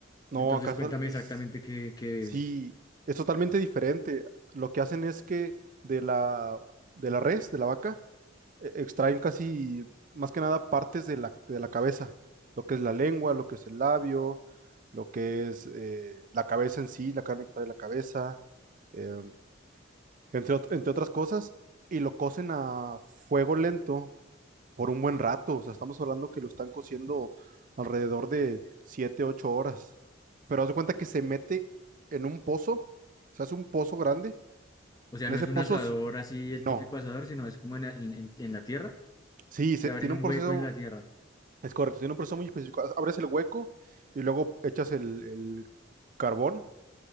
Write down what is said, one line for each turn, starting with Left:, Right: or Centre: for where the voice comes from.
Right: No,
Left: Entonces,
Right: acá so-
Left: cuéntame
Right: es,
Left: exactamente qué, qué
Right: sí,
Left: es.
Right: es totalmente diferente. Lo que hacen es que de la, de la res, de la vaca, e- extraen casi, más que nada, partes de la, de la cabeza, lo que es la lengua, lo que es el labio, lo que es eh, la cabeza en sí, la carne que trae la cabeza, em, entre, ot- entre otras cosas, y lo cocen a fuego lento por un buen rato, o sea, estamos hablando que lo están cociendo alrededor de siete ocho horas, pero haz de cuenta que se mete en un pozo, se hace un pozo grande,
Left: O sea,
Right: en
Left: no
Right: ese
Left: es un
Right: pozo,
Left: asador
Right: s-
Left: así, el
Right: no,
Left: típico asador, sino es como en, la- en, en en la tierra.
Right: sí,
Left: O
Right: se-
Left: sea,
Right: tiene
Left: abren un
Right: un proceso
Left: hueco en la tierra.
Right: Es correcto, tiene un proceso muy específico. As- Abres el hueco y luego echas el, el carbón